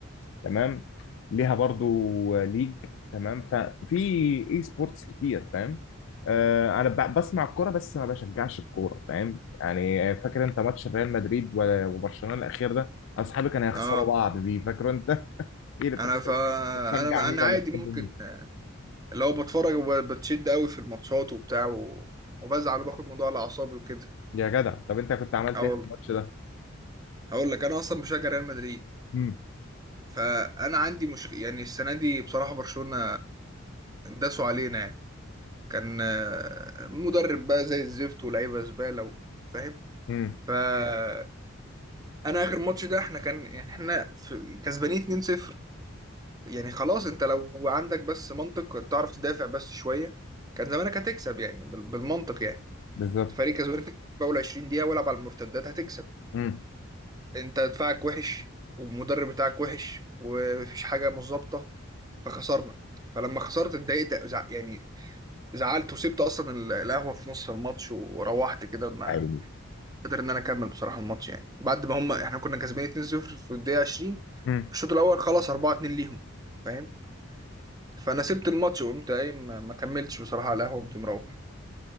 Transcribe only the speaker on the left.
تمام ليها برضو ليج تمام ففي اي سبورتس كتير فاهم آه انا ب- بسمع الكوره بس ما بشجعش الكوره فاهم يعني آه، فاكر انت ماتش ريال مدريد و- وبرشلونه الاخير ده اصحابي كانوا يخسروا
بعض بيه فاكر انت <laughs> اكيد انت
كنت
بتشجع
مين
ولا
بتحب
مين
يا جدع طب انت كنت عملت
ايه
في الماتش ده
امم
امم
بالظبط
امم
عيني
امم